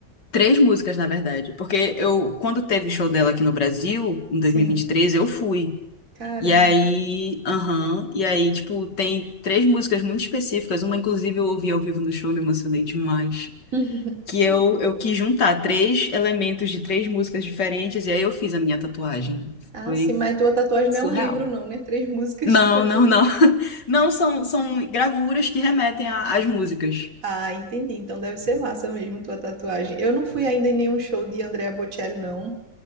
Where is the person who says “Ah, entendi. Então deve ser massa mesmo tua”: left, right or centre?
Right